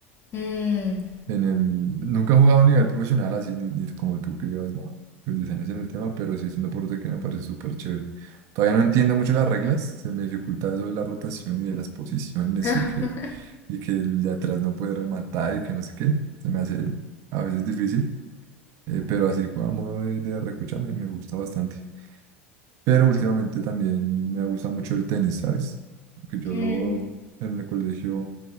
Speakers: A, on the left; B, on the right.
A: Mm.
B: En el, nunca he jugado a nivel profesional así, ni, ni como tú que llevas no, pues, 10 años en el tema, pero sí es un deporte que me parece súper chévere. Todavía no entiendo mucho las reglas, se me dificulta eso de la rotación y de las posiciones
A: <laughs>
B: y que, y que el de atrás no puede rematar y que no sé qué, se me hace a veces difícil Eh, pero así como de, de recocha me, me gusta bastante. Pero últimamente también me ha gustado mucho el tenis, ¿sabes? Porque yo
A: Mm,
B: lo en el colegio